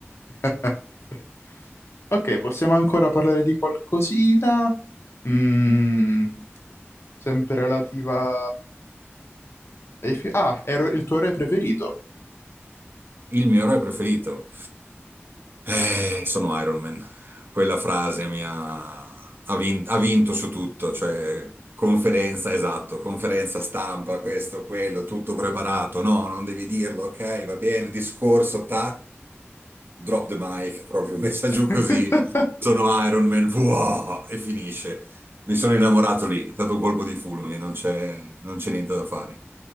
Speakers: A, on the left; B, on the right.
A: <laughs> Ok, possiamo ancora parlare di qualcosina? Mm, sempre relativa ai fi- Ah, ero il tuo re preferito.
B: Il mio eroe preferito. Eh, sono Iron Man. Quella frase mi ha, ha vin- ha vinto su tutto, cioè conferenza, esatto, conferenza stampa, questo, quello, tutto preparato. No, non devi dirlo, ok, va bene, discorso, tac. Drop the mic, proprio messa giù
A: <laughs>
B: così. Sono Iron Man, wow, e finisce. Mi sono innamorato lì, è stato un colpo di fulmine, non c'è non c'è niente da fare.